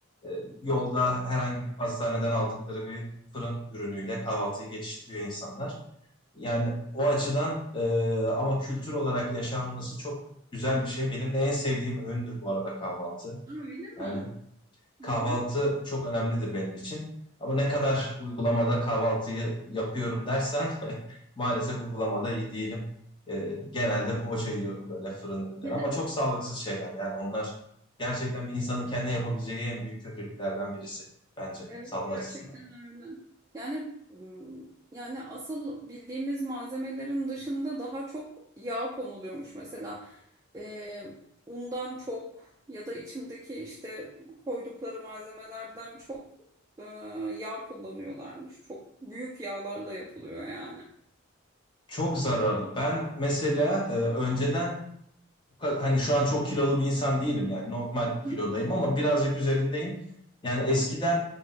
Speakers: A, on the left; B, on the right.
A: E, yolda herhangi bir pastaneden aldıkları bir fırın ürünüyle kahvaltıyı geçiştiriyor insanlar. Yani o açıdan e, ama kültür olarak yaşanması çok güzel bir şey. Benim de en sevdiğim öğündür bu arada kahvaltı.
B: Aa, Öyle mi?
A: Yani Kahvaltı
B: Hı hı.
A: çok önemlidir benim için. Ama ne kadar uygulamada kahvaltıyı yapıyorum dersen <laughs> maalesef uygulamada iyi değilim. Ee, genelde poğaça yiyorum böyle fırın ürünleri
B: <laughs>
A: ama çok sağlıksız şeyler yani onlar gerçekten bir insanın kendine yapabileceği en büyük kötülüklerden birisi bence
B: Evet
A: sağlığı
B: gerçekten
A: açısından.
B: öyle. Yani m, yani asıl bildiğimiz malzemelerin dışında daha çok yağ konuluyormuş mesela. e, undan çok ya da içindeki işte koydukları malzemelerden çok e, yağ kullanıyorlarmış. Çok büyük yağlarla yapılıyor yani.
A: Çok zararlı. Ben mesela e, önceden hani şu an çok kilolu bir insan değilim yani normal kilodayım
B: Hı
A: ama birazcık üzerindeyim. Yani eskiden
B: hı.